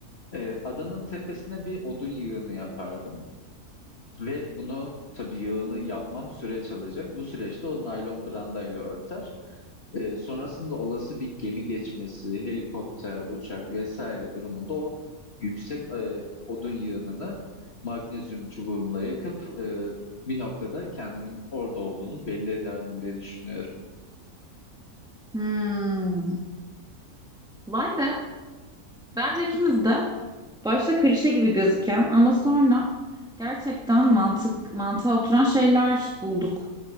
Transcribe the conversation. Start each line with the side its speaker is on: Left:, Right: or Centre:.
Left: E, adanın tepesine bir odun yığını yapardım. Ve bunu tabii yağını yapmam süreç alacak. Bu süreçte o naylon brandayla örter. Ee, sonrasında olası bir gemi geçmesi, helikopter, uçak vesaire durumunda o yüksek e, odun yığınını magnezyum çubuğumla yakıp e, bir noktada kendimin orada olduğunu belli ederdim diye düşünüyorum.
Centre: Hmm. Vay be. Bence ikimiz de başta klişe gibi gözüken ama sonra gerçekten mantık mantığa oturan şeyler bulduk.